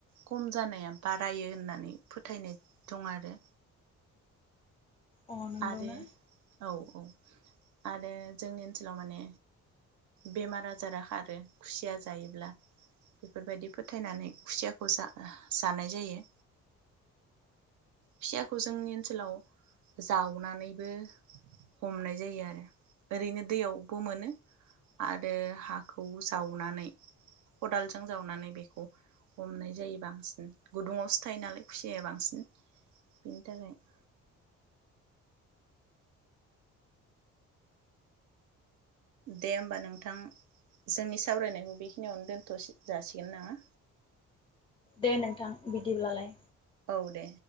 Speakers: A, on the right; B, on the left.
A: खम जानाया बारायो होननानै फोथायनाय दं आरो।
B: अ नंगौना?
A: आरो औ औ आरो जोंनि ओनसोलाव माने बेमार आजारा खारो खुसिया जायोब्ला बेफोरबायदि फोथायनानै खुसियाखौ जा-जानाय जायो। खुसियाखौ जोंनि ओनसोलाव जावनानैबो हमनाय जायो आरो ओरैनो दैयावबो मोनो आरो हाखौ जावनानै खदालजों जावनानै बेखौ हमनाय जायो बांसिन गुदुङावसो थायो नालाय खुसियाया बांसिन बिनि थाखाय <inaudible> दे होमबा नोंथां जोंनि सावरायनायखौ बेखिनियावनो दोनथ' जासिगोन नङा?
B: दे नोंथां बिदिब्लालाय।
A: औ दे।